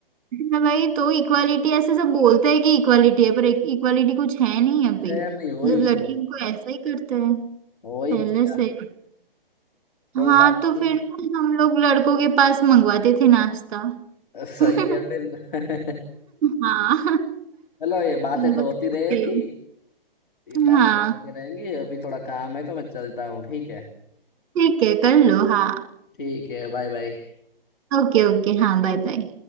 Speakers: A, on the right; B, on the left.
A: तो भाई तो इक्वालिटी ऐसे सब बोलते हैं कि इक्वालिटी है पर इक्वालिटी कुछ है नहीं अभी
B: खैर
A: मतलब
B: नहीं वही
A: लड़कियों
B: तो
A: को ऐसा ही करते हैं
B: वही
A: पहले
B: तो यार
A: से
B: कोई
A: हाँ
B: बात
A: तो
B: नहीं
A: फिर हम लोग लड़कों के पास मंगवाते थे नाश्ता
B: सही
A: <laughs>
B: है फिर <laughs>
A: हाँ
B: चलो ये बातें
A: तुम
B: तो
A: बताते।
B: होती रहेगी ये
A: हाँ
B: बातें तो होती रहेंगी अभी थोड़ा काम है तो मैं चलता हूँ ठीक है
A: ठीक है कर लो हाँ
B: ठीक है बाय बाय
A: ओके ओके हाँ बाय बाय